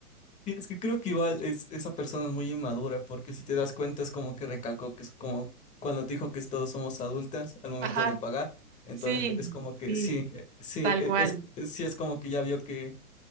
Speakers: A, on the left; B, on the right.
A: Sí, es que creo que igual es, esa persona es muy inmadura, porque si te das cuenta es como que recalcó que es como cuando te dijo que todos somos adultas al momento
B: Ajá,
A: de pagar, entonces
B: sí,
A: es como que
B: sí,
A: sí, eh, sí,
B: tal
A: eh,
B: cual,
A: es, es- sí es como que ya vio que,